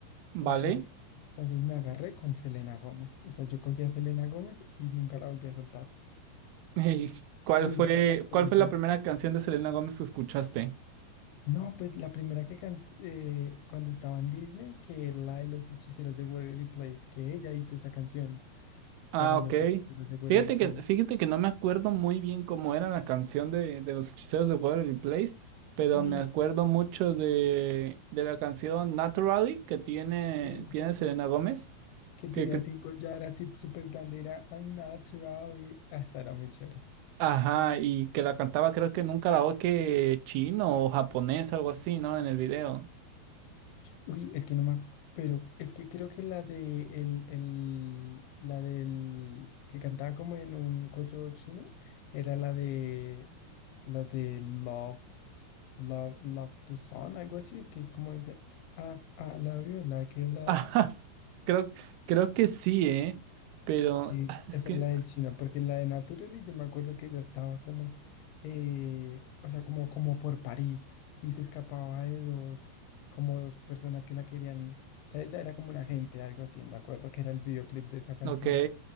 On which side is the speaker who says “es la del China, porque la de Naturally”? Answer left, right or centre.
Left